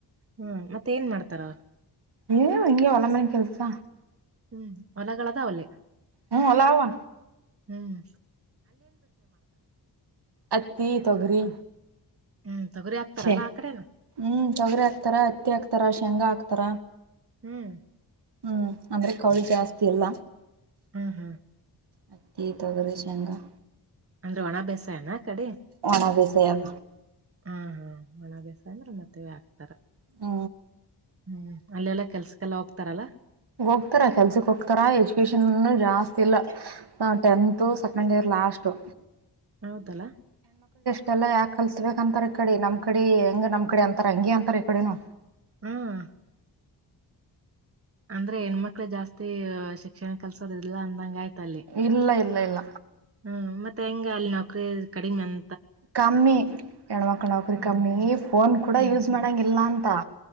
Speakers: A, on the right; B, on the right.
A: ಹ್ಮ ಮತ್ತ್ ಮತ್ತ ಏನ್ ಮಾಡ್ತಾರ
B: ಏನು ಹಿಂಗೆ ಹೊಲ ಮನಿ ಕೆಲಸ
A: ಹ್ಮ್ ಹೊಲಗಳದವಲೀ
B: ಹ್ಮ್ ಹೊಲ ಅವ
A: ಹ್ಮ್ಮ್
B: ಹತ್ತಿ ತೊಗರಿ
A: ಹ್ಮ್ ತೊಗರಿ ಹಾಕ್ತಾರಲ್ಲಾ
B: ಹ್ಮ್
A: ಆ ಕಡೆನ
B: ತೊಗರಿ ಹಾಕ್ತಾರ ಹತ್ತಿ ಹಾಕ್ತಾರ ಶೇಂಗಾ ಹಾಕ್ತಾರ
A: ಹ್ಮ್
B: ಹ್ಮ್ ಅಂದ್ರೆ ಕೌಳಿ ಜಾಸ್ತಿ ಇಲ್ಲ.
A: ಹ್ಮ್ ಹ್ಮ್
B: ಹತ್ತಿ ತೊಗರಿ ಶೇಂಗಾ
A: ಅಂದ್ರೆ ಒಣ ಬೇಸಯಾನ ಆ ಕಡಿ?
B: ಒಣ ಬೆಸಾಯಮ
A: ಹಾ ಹಾ ಓಣಭ್ಯಾಸಯ ಅಂದ್ರೆ ಮತ್ತಿವೆ ಹಾಕ್ತಾರ.
B: ಹ್ಮ
A: ಹ್ಮ್ ಅಲ್ಲೆಲ್ಲಾ ಕೆಲ್ಸಕ್ಕೆಲ್ಲ ಹೋಗ್ತಾರಲ್ಲಾ
B: ಹೋಗ್ತಾರಾ ಕೆಲ್ಸಕ್ ಹೋಗ್ತಾರಾ ಎಜುಕೇಶನ್ನುನು ಜಾಸ್ತಿ ಇಲ್ಲ. ನಾವ್ ಟೆಂತು ಸೆಕಂಡ್ ಇಯರ್ ಲಾಸ್ಟ್. ತ್ತು
A: ಹೌದಲಾ
B: ದೆಲ್ಲ ಯಾಕ ಕಲ್ಸ್ಬೇಕ ಅಂತಾರ ಈ ಕಡೆ ನಮ್ ಕಡೆ ಹೆಂಗ ನಮ್ಮ ಕಡೆ ಅಂತಾರ ಹಂಗೆ ಅಂತಾರೆ ಈ ಕಡೆನು.
A: ಹ್ಮ್ ಅಂದ್ರ ಹೆಣ್ಮಕ್ಕಳೇ ಜಾಸ್ತಿ ಶಿಕ್ಷಣ ಕಲ್ಸೋದು ಇಲ್ಲ ಆನ್ ಹಂಗಾಯ್ತಲ್ಲಿ
B: ಇಲ್ಲ ಇಲ್ಲ ಇಲ್ಲ
A: ಹ್ಮ ಮ ತ್ತೆ ಹೆಂಗ ಅಲ್ಲಿ ನೌಕರಿ ಕಡಿಮೆನ್
B: ಕಮ್ಮಿ ಹೆಣ್ಮಕ್ಳ ನೌಕರಿ
A: ಹ್ಮ್
B: ಕಮ್ಮಿ ಫೋನ್ ಕೂಡ
A: ಹ್ಮ್
B: ಯೂಸ್ ಮಾಡಂಗಿಲ್ಲ ಅನ್ ತ